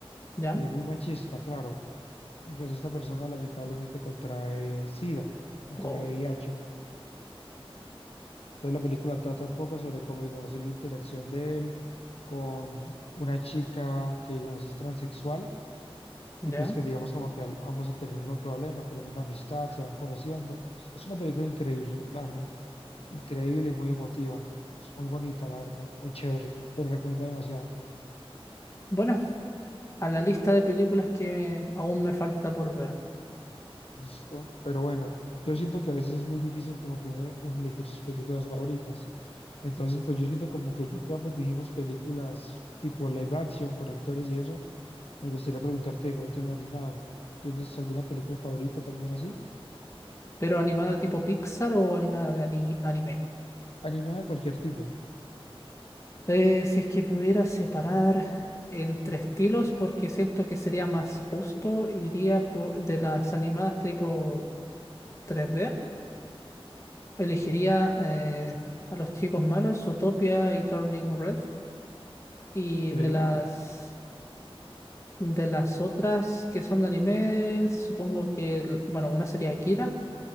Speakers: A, on the left (about 30°); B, on the left (about 75°).
A: ya,
B: eh, muy machista, claro. Y pues esta persona lamentablemente contrae SIDA, contrae
A: oh,
B: VIH. Entonces la película trata un poco sobre cómo, digamos, es la interacción de él con una chica que, digamos, es transexual
A: ya.
B: y pues que, digamos, como que al- ambos al tener el mismo problema, creando una amistad, se van conociendo. Pues, Es una película increíble, la verdad. Increíble y muy emotiva. Es muy bonita, la verdad. Muy chévere. Te la recomiendo demasiado.
A: Bueno, a la lista de películas que aún me falta por ver,
B: Listo. Pero bueno, yo siento que a veces es muy difícil como que uno, uno elegir sus películas favoritas. Entonces, pues yo siento como que ya que ambos dijimos películas tipo live action con actores y eso, me gustaría preguntarte de pronto en lo animado. ¿Tienes alguna película favorita también así?
A: pero animada tipo Pixar o animada de ani- anime.
B: Animada de cualquier tipo.
A: Eh, si es que pudiera separar entre estilos, porque siento que sería más justo, iría por- de las animadas tipo 3D. Elegiría eh, a los chicos malos, Utopia y Turning Red. Y
B: ¿Sí?
A: de las de las otras que son de anime, supongo que, el- bueno, una sería Akira,